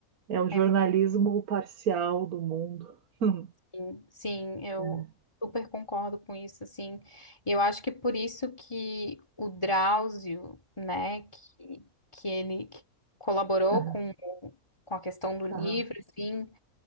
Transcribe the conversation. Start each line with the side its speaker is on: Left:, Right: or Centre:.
Right: É o jornalismo
Left: É, muito
Right: parcial do mundo. <laughs>
Left: sim, sim, eu
Right: É,
Left: super concordo com isso, assim. E eu acho que por isso que o Drauzio, né, que, que ele colaborou
Right: aham,
Left: com, com a questão do livro,
Right: aham,
Left: assim,